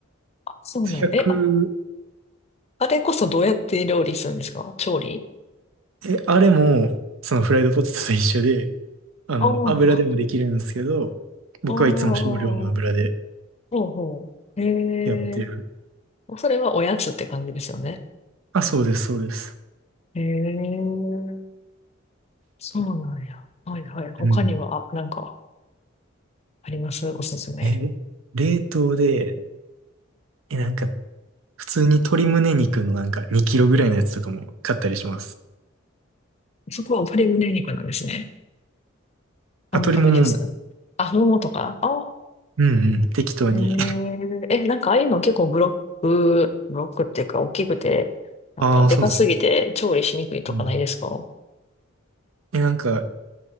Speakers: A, on the left; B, on the right.
A: あ、そうなんや。
B: 100、
A: え、あ、あれこそどうやって料理するんですか調理
B: え、あれも、そのフライドポテトと一緒で、あの、
A: ああー、
B: 油でもできるんですけど、僕はいつも少量の油で
A: おーほうほう。へ
B: やってる。
A: え。それはおやつって感じですよね。
B: あ、そうです、そうです。
A: へえ。そうなんや。はいはい。他には、
B: うん。
A: なんか、ありますおすすめ。
B: え、冷凍で、え、なんか、普通に鶏胸肉のなんか2キロぐらいのやつとかも買ったりします。
A: そこは鶏胸肉なんですね。タンパク質。
B: あ、鶏ももも。
A: あ、ももとかあ、
B: うんうん、適当に。
A: へえ。
B: <laughs>
A: え、なんかああいうの結構ブロック、ブロックっていうか大きくて、なんかでかすぎて調理しにくいとかないですか
B: ああ、そうっす。うん。え、なんか、